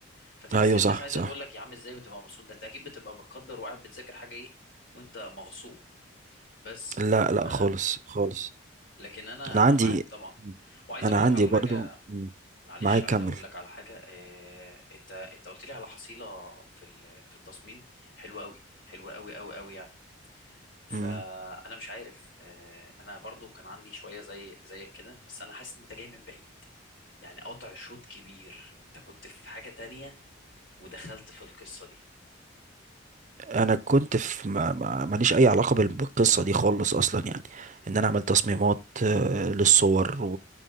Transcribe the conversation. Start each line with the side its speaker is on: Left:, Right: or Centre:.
Left: فتحس
Right: ايوه
Left: الناس
Right: صح
Left: عايزه
Right: صح
Left: تقول لك يا عم ازاي بتبقى مبسوط ده انت اكيد بتبقى متقدر وقاعد بتذاكر حاجه ايه وانت مغصوب بس
Right: لا لا
Left: ف
Right: خالص خالص
Left: لكن انا
Right: انا
Left: انا
Right: عندي
Left: معاك طبعا وعايز
Right: انا
Left: اقول
Right: عندي
Left: لك على حاجه
Right: برضو مم.
Left: معلش
Right: معاك
Left: عايز
Right: كمل
Left: اقول لك على حاجه آه... انت انت قلت لي على حصيله في ال... في التصميم حلوه قوي حلوه قوي قوي قوي يعني فانا
Right: مم.
Left: مش عارف آه... انا برضو كان عندي شويه زي زيك كده بس انا حاسس ان انت جاي من بعيد يعني قطع شوط كبير انت كنت في حاجه تانية ودخلت في القصه دي
Right: انا كنت في ما ما- ماليش اي علاقه بال- بالقصه دي خالص اصلا يعني
Left: مم.
Right: ان انا اعمل تصميمات آه، للصور